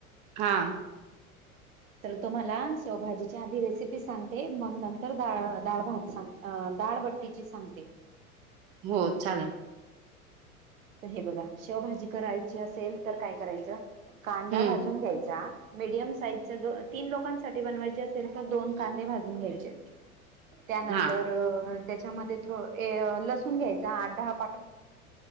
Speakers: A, on the right; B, on the right.
A: हा
B: तुम्हाला शेवभाजी आधी रेसिपी सांगते मग नंतर डाळ भात सांग डाळबट्टी ची मीच सांगते.
A: हो चालेल.
B: तर हे बघा शेवभाजी करायची असेल तर काय करायचं, कांदा
A: हम्म
B: भाजून घ्यायचा. मीडियम साईजच्या तीन लोकांसाठी बनवायची असेल तर दोन कांदे भाजून घ्यायचे. त्यानंतर
A: हा
B: त्याच्यामध्ये लसून घ्यायचा आठ दहा पाकल्या